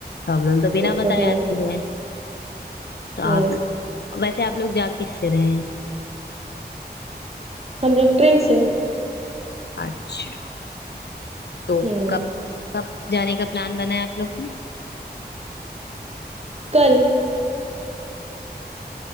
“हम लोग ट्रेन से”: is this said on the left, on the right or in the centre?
Right